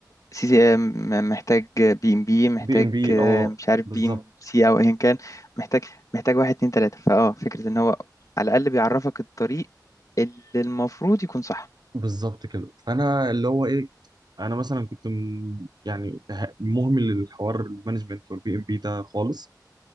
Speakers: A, on the left (about 50°); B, on the right (about 70°).
A: سي سي ام محتاج بي ام بي محتاج
B: بي ام بي
A: آه،
B: اه
A: مش عارف
B: بالظبط
A: بي ام سي او ايا كان محتاج محتاج واحد اتنين تلاتة فاه فكرة ان هو على الأقل بيعرفك الطريق اللي المفروض يكون صح
B: بالظبط كده فانا اللي هو ايه انا مثلا كنت م- يعني مهمل للحوار المانجمنت والبي ام بي ده خالص